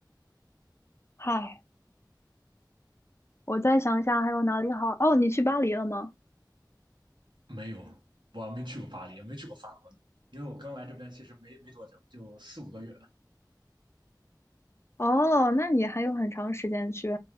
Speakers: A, on the left (about 35°); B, on the right (about 90°).
A: 嗨，我再想想还有哪里好，哦，你去巴黎了吗？
B: 没有，我没去过巴黎，也没去过法国呢，因为我刚来这边其实没没多久，就四五个月。
A: 哦，那你还有很长时间去，